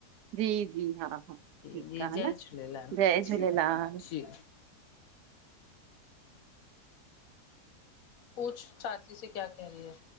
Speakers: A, on the right; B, on the left.
A: जी जी हा हा ठीकु
B: जी- जी,
A: आहे हा
B: जय
A: न
B: झूलेलाल
A: जय झूलेलाल
B: जी। पूछ चाची से कया कह रही है?